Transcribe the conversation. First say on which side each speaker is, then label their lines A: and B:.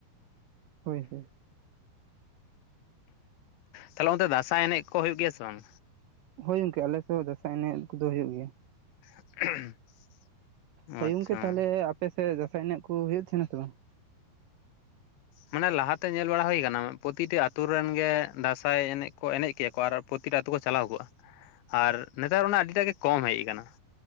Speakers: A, on the right; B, on the left.
A: ᱦᱳᱭ ᱦᱳᱭ᱾
B: ᱛᱟᱦᱞᱮ ᱚᱱᱛᱮ ᱫᱟᱸᱥᱟᱭ ᱮᱱᱮᱡ ᱠᱚ ᱦᱩᱭᱩᱜ ᱜᱮᱭᱟ ᱥᱮ ᱵᱟᱝ?
A: ᱦᱳᱭ ᱜᱚᱝᱠᱮ ᱟᱞᱮ ᱥᱮᱫ ᱫᱟᱥᱟᱸᱭ ᱮᱱᱮᱡ ᱠᱚᱫᱚ ᱦᱩᱭᱩᱜ ᱜᱮᱭᱟ᱾
B: <inaudible>
A: ᱦᱳᱭ
B: ᱟᱪᱪᱷᱟ
A: ᱜᱚᱝᱠᱮ ᱛᱟᱦᱞᱮ ᱟᱯᱮ ᱥᱮᱫ ᱫᱟᱸᱥᱟᱭ ᱮᱱᱮᱡ ᱠᱚ ᱦᱩᱭᱩᱜ ᱛᱟᱸᱦᱮᱱᱟ ᱥᱮ ᱵᱟᱝ?
B: ᱢᱟᱱᱮ ᱞᱟᱦᱟᱛᱮ ᱧᱮᱞ ᱵᱟᱲᱟ ᱦᱩᱭ ᱠᱟᱱᱟ᱾ ᱯᱨᱚᱛᱤᱴᱤ ᱟᱛᱳ ᱨᱮᱱ ᱜᱮ ᱫᱟᱸᱥᱟᱭ ᱮᱱᱮᱡ ᱠᱚ ᱮᱱᱮᱡ ᱠᱮᱭᱟ ᱠᱚ ᱟᱨ ᱯᱨᱚᱛᱤᱴᱤ ᱟᱛᱳ ᱠᱚ ᱪᱟᱞᱟᱣ ᱠᱚᱜ-ᱟ᱾ ᱟᱨ ᱱᱮᱛᱟᱨ ᱚᱱᱟ ᱟᱹᱰᱤᱴᱟᱜ ᱜᱮ ᱠᱚᱢ ᱦᱮᱡ ᱠᱟᱱᱟ᱾